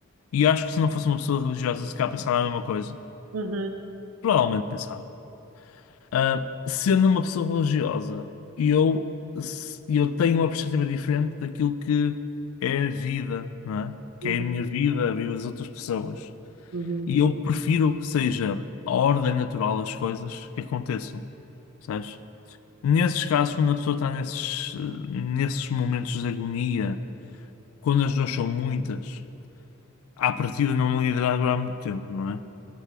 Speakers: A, on the left; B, on the right.
A: E acho que se não fosse uma pessoa religiosa, se calhar pensava a mesma coisa.
B: Uhum,
A: Provavelmente pensava. Ah, sendo uma pessoa religiosa, eu, se- eu tenho uma perspectiva diferente daquilo que é a vida, não é? Que
B: uhum,
A: é a minha vida, a vida das outras pessoas.
B: uhum.
A: E eu prefiro que seja a ordem natural das coisas que aconteçam, sabes? Nesses casos, quando a pessoa está nesses, eh, nesses momentos de agonia, quando as dores são muitas, à partida não irá durar muito tempo, não é?